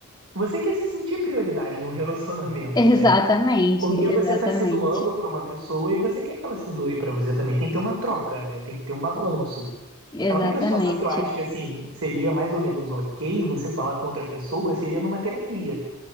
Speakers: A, on the right; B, on the left.
A: você quer se sentir prioridade num <laughs> relacionamento,
B: Exatamente,
A: né? Porque você
B: exatamente,
A: tá se doando para uma pessoa e você quer que ela se doe para você também, tem que ter uma troca, né? Tem que ter um balanço.
B: exatamente.
A: A única situação que eu acho que assim seria mais ou menos ok você falar com outra pessoa seria numa terapia,